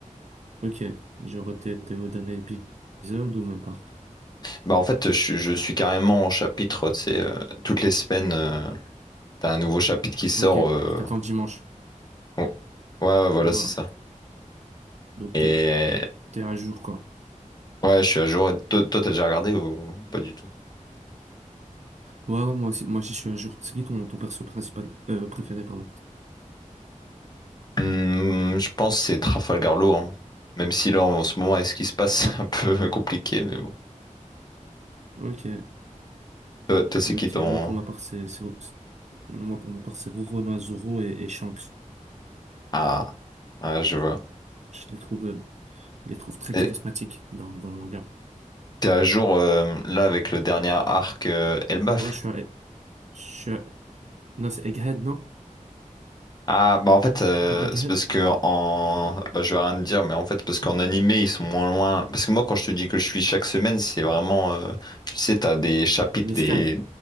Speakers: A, on the right; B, on the left.
A: Ok. Genre, t'es, t'es au dernier épisode ou même pas?
B: Bah en fait, je, je suis carrément en chapitre, tu sais, euh, toutes les semaines, euh, t'as un nouveau chapitre qui sort.
A: Ok.
B: euh,
A: Tu t'attends le dimanche.
B: bon, Ouais, ouais, voilà,
A: Ouais.
B: c'est ça.
A: Donc
B: Et
A: t'es t'es à jour quoi.
B: ouais, je suis à jour. Et Toi, toi, t'as déjà regardé ou pas du tout?
A: Ouais, ouais, moi aussi, moi aussi je suis à jour. C'est qui ton, ton perso principal euh, préféré pardon.
B: Hmm, je pense que c'est Trafalgar Law, hein. Même si là, en ce moment, avec ce qui se passe,
A: Ah,
B: <laughs> c'est un peu compliqué, mais bon.
A: ok,
B: Toi, toi, c'est
A: ok.
B: qui ton...
A: Moi pour ma part c'est c'est c'est- moi pour ma part c'est Roronoa Zoro et, et Shanks.
B: Ah, ah, je vois.
A: Je les trouve euh, je les trouve très
B: Et
A: charismatiques dans dans le manga.
B: t'es à jour, euh, là, avec le dernier arc euh, Elbaf,
A: Moi je suis à, je suis à- non c'est Egghead non?
B: Ah bah en fait euh,
A: C'est pas Egghead?
B: c'est parce que en bah, je vais rien te dire mais en fait parce qu'en animé ils sont moins loin parce que moi quand je te dis que je suis chaque semaine c'est vraiment euh, tu sais t'as des chapitres
A: L'esclave.
B: des